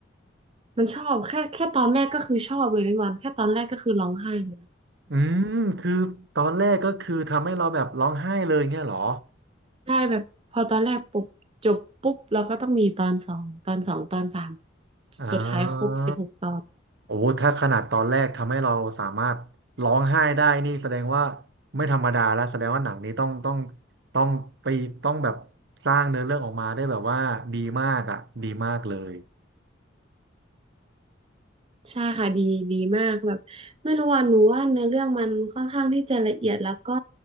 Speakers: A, on the right; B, on the right.
A: มันชอบแค่แค่ตอนแรกก็คือชอบเลยพี่บอลแค่ตอนแรกก็คือร้องไห้เลย
B: อืมคือตอนแรกก็คือทำให้เราแบบร้องไห้เลยเงี้ยเหรอ
A: ใช่แบบพอตอนแรกปุ๊บจบปุ๊บแล้วก็ต้องมีตอนสองตอนสองตอนสาม
B: อ่า
A: สุดท้ายครบสิบหกตอน
B: โอ้ถ้าขนาดตอนแรกทำให้เราสามารถร้องไห้ได้นี่แสดงว่าไม่ธรรมดาแล้วแสดงว่าหนังนี้ต้องต้องต้องไปต้องแบบสร้างเนื้อเรื่องออกมาได้แบบว่าดีมากอ่ะดีมากเลย
A: ใช่ค่ะดีดีมากแบบไม่รู้ว่าหนูว่าเนื้อเรื่องมันค่อนข้างที่จะละเอียดแล้วก็